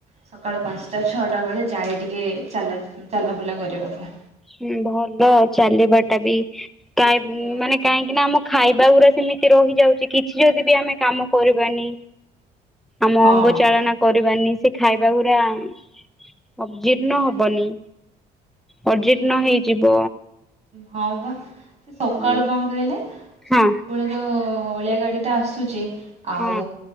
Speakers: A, on the right; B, in the centre.
A: ସକାଳ ପାଞ୍ଚଟା ଛଅଟା ବେଳେ ଯାଏ ଟିକେ ଚାଲାବୁଲା କରିବାକୁ।
B: ହୁଁ ଭଲ ଚାଲିବା ଟା ବି କାଇ ମ
A: ଦେହ
B: ମାନେ
A: ପାଇଁ
B: କାହିଁକି ନା ଆମ ଖାଇବା ଗୁରା। ସେମିତି ରହିଯାଉଛି କିଛି ଯଦି ବି ଆମେ କାମ କରିବାନି। ଆମ
A: ହଁ
B: ଅଙ୍ଗ ଚଳେନା କରିବାନି ସେ ଖାଇବା ଗୁରା। ଅ ଜୀର୍ଣ୍ଣ
A: ସେଇୟା
B: ହବନି। ଅଜୀର୍ଣ୍ଣ
A: ଇଏ
B: ହେଇଯିବ
A: ହଁ ବା ସେ ସକାଳୁ
B: ହୁଁ
A: କଣ କହିଲେ।
B: ହଁ
A: ସବୁବେଳେ ଯୋଉ ଅଳିଆ ଗାଡି ଟା ଆସୁଛି ଆଉ।
B: ହଁ